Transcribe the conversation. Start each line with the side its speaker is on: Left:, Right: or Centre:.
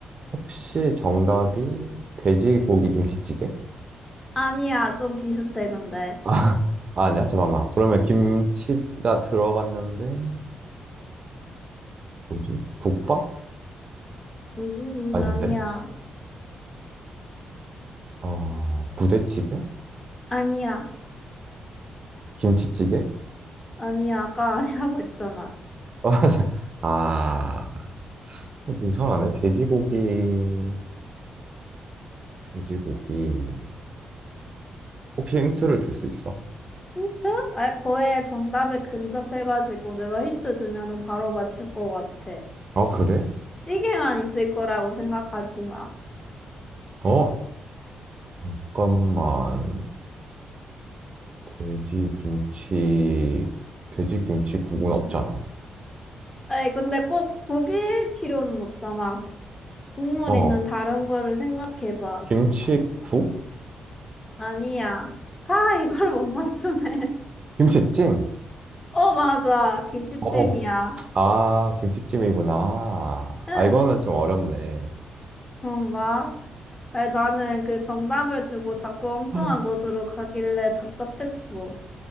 Right: 혹시 정답이 돼지고기 김치찌개?
Left: 아니야. 좀 비슷해, 근데.
Right: 아, 아, 아니야. 잠깐만. 그러면 김치가 들어갔는데 뭐지? 국밥?
Left: 음,
Right: 아닌데?
Left: 아니야.
Right: 어, 부대찌개?
Left: 아니야.
Right: 김치찌개?
Left: 아니야. 아까 <laughs> 아니라고 했잖아.
Right: <laughs> 아, 뭐 이상하네. 돼지고기, 돼지고기. 혹시 힌트를 줄 수 있어?
Left: 힌트? 아, 거의 정답에 근접해가지고 내가 힌트 주면은 바로 맞출 것 같아.
Right: 아, 그래?
Left: 찌개만 있을 거라고 생각하지 마.
Right: 어, 잠깐만. 돼지 김치, 돼지 김치국은 없잖아.
Left: 에이, 근데 꼭 고기일 필요는 없잖아. 국물
Right: 어,
Left: 있는 다른 거를 생각해봐.
Right: 김치국?
Left: 아니야. 아, 이걸 못 맞추네. <laughs>
Right: 김치찜?
Left: 어, 맞아. 김치찜이야.
Right: 어, 아, 김치찜이구나.
Left: 응,
Right: 아, 이거는 좀 어렵네.
Left: 그런가? 아니, 나는 그 정답을 두고 자꾸 엉뚱한
Right: <gasps>
Left: 곳으로 가길래 답답했어.